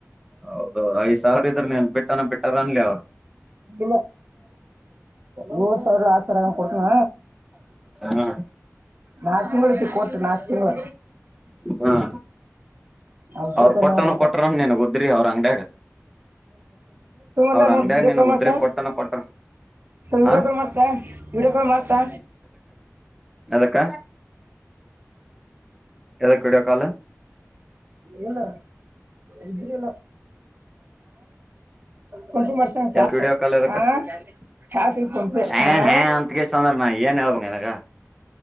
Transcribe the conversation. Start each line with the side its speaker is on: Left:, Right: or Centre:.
Centre: ಹೌದು ಐದ್ ಸಾವಿರ ಇದ್ರ ನೀನ್ ಬಿಟ್ಟನ ಬಿಟ್ಟಾರ ಅನ್ಲಿ ಅವ್ರು
Right: ಇಲ್ಲ ಏಳ್ ಸಾವಿರ ಆರ್ ಸಾವಿರಗ ಕೊಡ್ತನ
Centre: ಹ್ಮ
Right: ನಾಲ್ಕು ತಿಂಗಳಐತಿ ಕೊಟ್ಟ ನಾಕ್ ತಿಂಗಳ
Centre: ಹ್ಮ್
Right: ಅ ತಕ
Centre: ಅವ್ರ ಕೊಟ್ಟನ
Right: ನ್ರ
Centre: ಕೊಟ್ರ ನಿನಗ್ ಉದ್ರಿ ಅವ್ರ ಅಂಗಡ್ಯಾಗ
Right: ಲ್ಲ
Centre: ಅವ್ರ
Right: ನೋ
Centre: ಅಂಗಡ್ಯಾಗ
Right: ವಡಿಯೋ
Centre: ನಿನಗ್
Right: ಕಾಲ್ ಮಾಡ್ತಾ
Centre: ಉದ್ರಿ ಕೊಟ್ಟನ ಕೊಟ್ರ
Right: ವಡಿಯೋ
Centre: ಹ
Right: ಕಾಲ್ ಮಾಡ್ತಾ ವಿಡಿಯೋ ಕಾಲ್ ಮಾಡ್ತಾ
Centre: ಎದಕ್ಕ ಎದಕ್ಕ ವಿಡಿಯೋ ಕಾಲು
Right: ಇಲ್ಲ ಇದ್ರ ಇಲ್ಲ ಕೊಂಚ ವರ್ಷ ಕಸ
Centre: ಎದಕ್ ವಿಡಿಯೋ ಕಾಲ್ ಎದಕ್
Right: ಹ ಚಾತಿಲ್ ಪಂಪ
Centre: ಹಾ
Right: ಹ
Centre: ಹಾ ಅಂತಗೆಸ ಅಂದ್ರ ನಾ ಏನ್ ಹೇಳ್ಬೇಕ್ ನಿನಗ